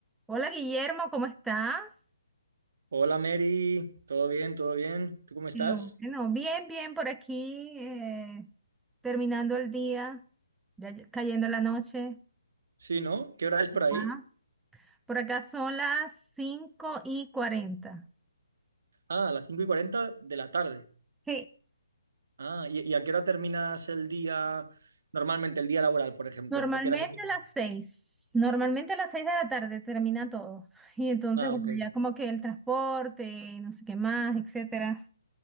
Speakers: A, in the centre; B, on the right (about 60°).
A: Hola Guillermo, ¿cómo estás?
B: Hola Mary, ¿todo bien? ¿Todo bien? ¿Tú cómo estás?
A: Hello. Bueno, bien, bien por aquí, eh, terminando el día, ya ya cayendo la noche.
B: Sí, ¿no? ¿Qué hora es por ahí?
A: Ah, Por acá son las 5 y 40.
B: Ah, a las 5 y 40 de la tarde.
A: Sí,
B: Ah, ¿y, y a qué hora terminas el día, normalmente el día laboral, por ejemplo?
A: Normalmente
B: ¿A qué hora se termina?
A: a las 6. normalmente a las seis de la tarde termina todo. Y entonces,
B: Ah,
A: bueno,
B: ok.
A: ya como que el transporte, no sé qué más, etcétera.